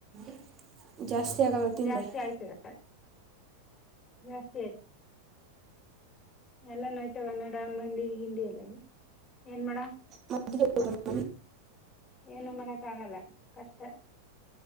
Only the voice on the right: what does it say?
<inaudible> ಜಾಸ್ತಿ ಆಗಲ್ವ ತಿಂದ್ರೆ.
<inaudible>
ಮರತ್ತ ಬಿಟ್ಟಿರ ಏನ್? <inaudible>